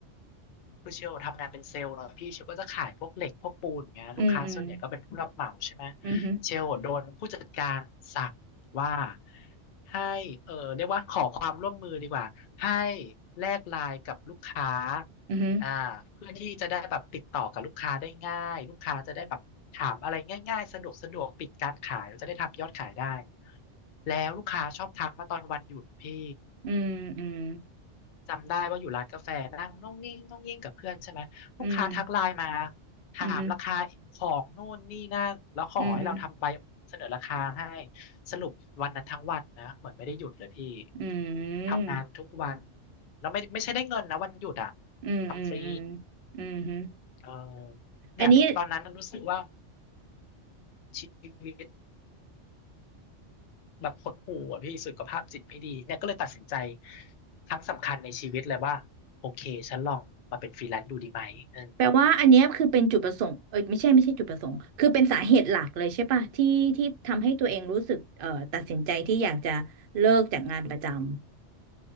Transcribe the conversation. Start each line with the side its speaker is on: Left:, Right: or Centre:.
Left: คือเชลทำงานเป็นเซลล์เนาะพี่เชลก็จะขายพวกเหล็กพวกปูนอย่างเงี้ยลูกค้าส่วนใหญ่ก็เป็นผู้รับเหมาใช่ไหม
Right: อืมอืมอืม
Left: เชลโดนผู้จัดการสั่งว่าให้เออเรียกว่าขอความร่วมมือดีกว่าให้แลกไลน์กับลูกค้า
Right: อืม
Left: อ่าเพื่อที่จะได้แบบติดต่อกับลูกค้าได้ง่ายลูกค้าจะได้แบบถามอะไรง่ายๆสะดวกสะดวกปิดการขายเราจะได้ทำยอดขายได้แล้วลูกค้าชอบทักมาตอนวันหยุดพี่
Right: อืมอืม
Left: จำได้ว่าอยู่ร้านกาแฟนั่งน่องนิ่งน่องยิ่งกับเพื่อนใช่ไหมลูกค้าทักไลน์มา
Right: อืม
Left: ถามราคาของโน่นนี่นั่นแล้วขอให้เราทำใบเสนอราคาให้
Right: อืมอืมอืม
Left: สรุปวันนั้นทั้งวันนะเหมือนไม่ได้หยุดเลยพี่
Right: อื
Left: ทำงานทุกวัน
Right: ม
Left: แล้วไม่ไม่ใช่ได้เงินนะวันหยุดอ่ะ
Right: อืมอืมอืม
Left: ทำฟรี
Right: อืมฮึ
Left: เออเนี่ยตอนนั้นรู้สึกว่า
Right: อันนี้
Left: ชีวิตแบบหดหู่อ่ะพี่สุขภาพจิตไม่ดีเนี่ยก็เลยตัดสินใจครั้งสำคัญในชีวิตเลยว่าโอเคฉันลองมาเป็นฟรีแลนซ์ดูดีไหมเออ
Right: แปลว่าอันเนี้ยคือเป็นจุดประสงค์เอ้ยไม่ใช่ไม่ใช่จุดประสงค์คือเป็นสาเหตุหลักเลยใช่ป่ะที่ที่ทำให้ตัวเองรู้สึกเอ่อตัดสินใจที่อยากจะเลิกจากงานประจำ